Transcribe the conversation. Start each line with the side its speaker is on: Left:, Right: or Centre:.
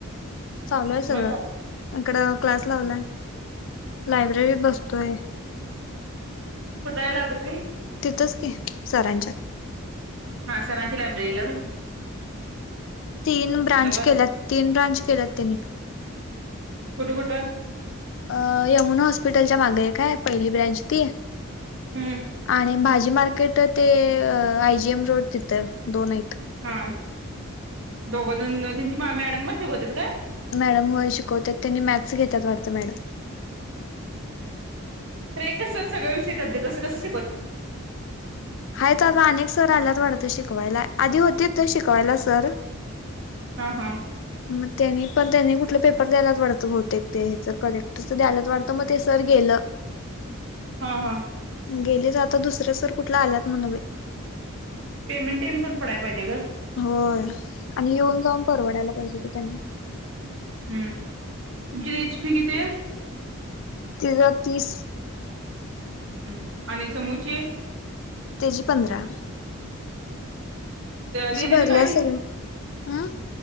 Left: चालू आहे सगळं
Right: मग चा
Left: इकडं क्लास लावलाय लायब्ररीत बसतोय.
Right: कुठाय लायब्ररी?
Left: हिथं च कि सरांच्यात
Right: हा सरांचीचे लाब्ररीला होय.
Left: तीन ब्रांच
Right: कुठं पण
Left: केल्यात तीन ब्रांच केल्यात त्यांनी
Right: कुठं कुठ?
Left: अ यमुना हॉस्पिटलच्या मागे एक हाय पहिलि ब्रँच ती
Right: हम्म
Left: आणि भा जी मार्केट ते आय जीएम रोड तिथं दोन हायत.
Right: हा दोघजण त्यांची मॅडम पण शिकवत्यात काय
Left: मॅडम होय शिकवतात त्यांनी मॅथस घेतात वाटतं मॅडम.
Right: अरे एक च सर सगळ विषय कस कस
Left: हायत तर आता अनेक सर आल्यात वाढत त शिकवायला आधी होती तर शिकवायला सर
Right: हम्म हम्म.
Left: मग त्यांनी पण त्यांनी कुठलं पेपर द्यायलाच वाटतं बहतेक ते ह्याच कलेक्टरचं द्यायलाच वाटतं मग ते सर गेलं.
Right: हा हा.
Left: गेली तर आता दुसर्या सर कुठला आल्यात म्हणा बाई
Right: पेमेंट तेन पडाय पाहिजे का
Left: हो आणि येऊन जाऊन परवडायला पाहिजे कि त्यांना
Right: हम्म तुमची रेचपी किती
Left: तीस हार तीस
Right: हम् हम् आणि समूचे
Left: तेजी पधरा
Right: दिदीन
Left: भरल्या
Right: काय
Left: सगळ हं